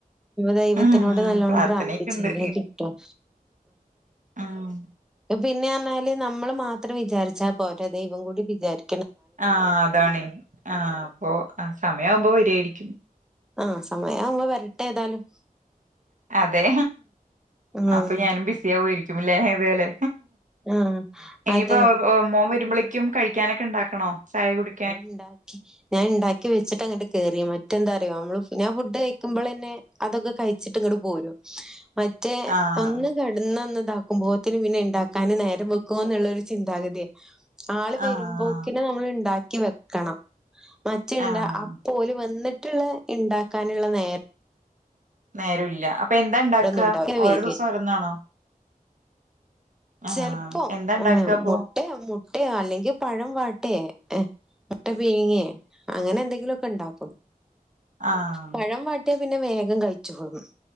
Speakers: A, in the centre; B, on the right.
A: ദൈവത്തിനോട്
B: ഉം
A: നല്ലോണം
B: പ്രാർത്ഥനയൊക്കെ
A: പ്രാർത്ഥിച്ചാലെ
B: ഉണ്ട്
A: കിട്ടും
B: ആഹ്
A: പിന്നെന്നാല് നമ്മള് മാത്രം വിചാരിച്ചാ പോരാ ദൈവം കൂടി വിചാരി
B: ആഹ് അതാണേ ആഹ് അപ്പൊ ആഹ് സമയ ആവുമ്പോ വരായിരിക്കും
A: ആഹ് സമയം ആവുമ്പ വരട്ടെ ഏതായാലും
B: അതെ
A: ഉം
B: അപ്പൊ ഞാനും ബിസി ആവൊയിരിക്കും അല്ലേ ഇതുപോലെ
A: ആഹ്
B: ഇനിയിപ്പോ
A: അതെ
B: മോൻ വരുമ്പോളേക്കും കഴിക്കാനൊക്കെ ഉണ്ടാക്കണോ ചായ കുടി
A: എണ്ടാ ഞാൻ ഇണ്ടാക്കി വെച്ചിട്ടാ ഇങ്ങട്ട് കേറിയ മറ്റെന്താറിയോ നമ്മള് ഞാൻ ഫുഡ് കഴിക്കുമ്പോളന്നെ അതൊക്കെ കഴിച്ചിട്ട് ഇങ്ങട് പോരും മറ്റേ
B: ആഹ്
A: ഒന്ന് കിടന്നൊന്ന് ഇതാക്കുമ്പോത്തിന് പിന്നെ ഇണ്ടാക്കാന് നേരം വെക്കുവോന്നൊള്ളരു ചിന്താഗതിയ ആള് വരുമ്പോക്കിന്
B: ആഹ്
A: നമ്മള് ഇണ്ടാക്കി വെക്കണം മറ്റേണ്ട
B: ആഹ്
A: പോല് വന്നിട്ടുള്ള ഇണ്ടാക്കാനുള്ള നേര
B: നേരൊല്ല അപ്പൊ എന്താ ഇണ്ടാക്ക
A: നേരൊന്നും ഉണ്ടാവൂല ഇങ്ങനെ
B: ഓരോ
A: വരിക.
B: ദിവസം ഓരോന്നാണോ ആഹ്
A: ചെലപ്പോ
B: എന്താ ഉണ്ടാക്കുക അപ്പൊ
A: മുട്ട മുട്ടയോ അല്ലെങ്കിൽ പഴം വാട്ടേ എ മുട്ട പിഴിങ്ങേ അങ്ങനെ എന്തെങ്കിലുമൊക്കെ ഉണ്ടാക്കും
B: ആഹ്
A: പഴം വാട്ടിയ പിന്നെ വേഗം കഴിച്ചോളും